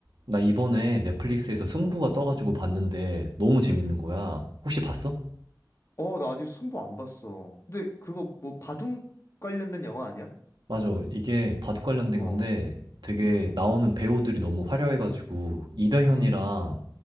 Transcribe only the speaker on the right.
나 이번에 넷플릭스에서 승부가 떠가지고 봤는데 너무 재밌는 거야. 혹시 봤어?
맞아. 이게 바둑 관련된
건데 되게
나오는 배우들이 너무 화려해가지고 이병현이랑